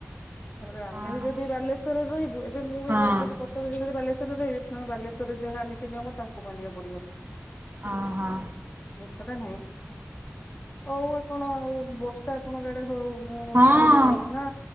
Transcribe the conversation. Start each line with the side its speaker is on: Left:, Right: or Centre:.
Left: ତାପରେ ଆମେ
Right: ହଁ
Left: ବି ଯଦି ବାଲେଶ୍ୱରରେ ରହିବୁ ଏବେ ମୁଁ ବି
Right: ହଁ
Left: ଯାଇ କହୁଛି କଟକ ଯଦି ବାଲେଶ୍ୱରରେ ରହିବି। ବାଲେଶ୍ୱରରେ ଯାହା ନୀତି ନିୟମ ତାହାକୁ ବାନ୍ଧିବାକୁ ପଡିବ।
Right: ଓହୋ
Left: ଏ କଥା ନାହିଁ ହଉ କଣ ଆଉ ବର୍ଷା ଆପଣଙ୍କ ଆଡେ ହଉ। ମୁଁ
Right: ହଁ
Left: ଛାଡୁନି କୋ ନା।